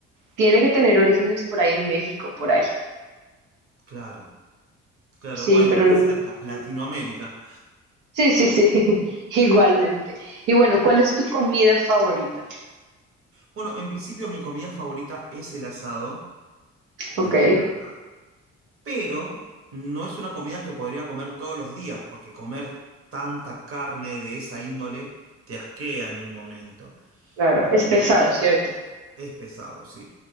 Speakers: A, on the right; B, on the right.
A: tiene que tener orígenes por ahí en México, por ahí.
B: Claro, claro,
A: Sí,
B: bueno,
A: pero no,
B: cerca,
A: no lo tengo.
B: Latinoamérica.
A: Sí, sí, sí, <laughs> igualmente. Y bueno,
B: <laughs>
A: ¿cuál es tu comida favorita?
B: Bueno, en principio mi comida favorita es el asado, me
A: Ok,
B: encanta, pero no es una comida que podría comer todos los días, porque comer tanta carne de esa índole te asquea en un momento.
A: claro. Es pesado,
B: Ya.
A: ¿cierto?
B: Es pesado, sí.